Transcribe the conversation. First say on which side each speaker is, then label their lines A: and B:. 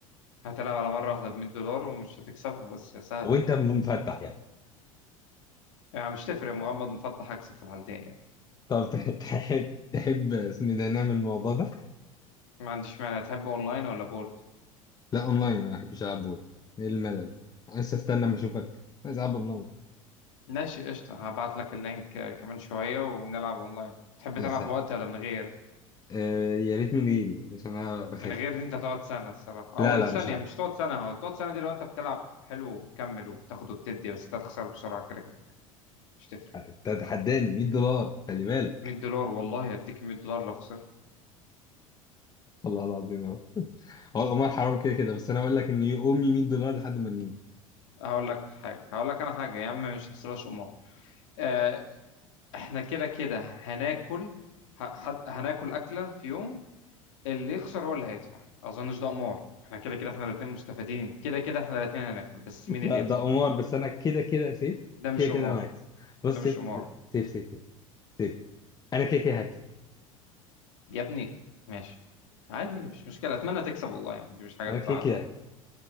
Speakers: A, on the left; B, on the left.
A: هتلعب على مره واحده ب 100 دولار ومش هتكسبها بس يا سهله
B: وانت مفتح يعني
A: يعني مش تفرق مغمض مفتح هكسب في الحالتين يعني
B: طب ت- <laughs> تحب تحب اسم ده نعمل الموضوع ده
A: ما عنديش مانع تحب اونلاين ولا بورد
B: لا اونلاين انا ما بحبش العب بول ايه الملل ده؟ أنا لسه استنى ما اشوفك عايز العب اونلاين
A: ماشي قشطة هبعت لك اللينك آه، كمان شوية ونلعب اونلاين تحب
B: يا
A: تلعب
B: سهل
A: بوقت ولا من غير
B: آه يا ريت من غيري عشان انا بخاف
A: من غير دي انت هتقعد سنة الصراحة
B: لا
A: او
B: لا
A: الثانية
B: مش هعمل
A: مش هتقعد سنة هو تقعد سنة دي لو انت بتلعب حلو وبتكمل وبتاخد وبتدي بس انت هتخسر بسرعة كده كده مش تفرق
B: انت هتحداني 100 دولار خلي بالك
A: 100 دولار والله هديك 100 دولار لو خسرت
B: <laughs> الله العظيم يا رب هو القمار حرام كده كده بس انا اقول لك ان امي 100 دولار لحد ما نموت
A: هقول لك حاجة هقول لك انا حاجة يا عم مش هحسبهاش قمار آه، احنا كده كده هناكل ه- هد- هناكل أكلة في يوم اللي يخسر هو اللي هيدفع اظنش ده قمار احنا كده كده احنا الاثنين مستفيدين كده كده احنا الاثنين هناكل بس مين
B: لا
A: اللي يدفع
B: ده قمار بس انا كده كده سيف
A: ده مش
B: كده كده
A: قمار
B: انا هكسب بص
A: ده
B: سيف
A: مش قمار
B: سيف سيف سيف سيف انا كده كده هكسب
A: يا ابني ماشي عادي مش مشكلة اتمنى تكسب والله يعني دي مش حاجة
B: انا
A: تزعل
B: كده كده هكسب